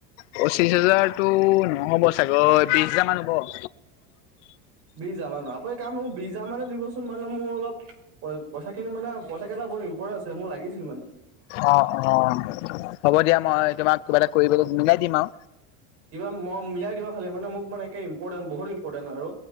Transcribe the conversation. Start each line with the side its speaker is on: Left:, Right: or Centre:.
Left: পঁচিশ হাজাৰতো নহব চাগৈ বিশ হাজাৰ মান হ'ব।
Right: বিশ হাজাৰ মান আপুনি এক কাম এটা কৰক মোক বিশ হাজাৰ মানে দিবচোন। তো মানে মোৰ অলপ পইচা খিনি মানে পইচা কেইটা বহুত ইম্পৰ্টেণ্ট আছিলে মোক লাগিছিলে মানে।
Left: অ অ হ'ব দিয়া মই তোমাক কিবা এটা কৰিব মিলাই দিম আৰু।
Right: কিবা মই মিলাই দিবা খালি আৰু মানে মোক মানে ইম্পৰ্টেট বহুত ইম্পৰ্টেণ্ট আৰু।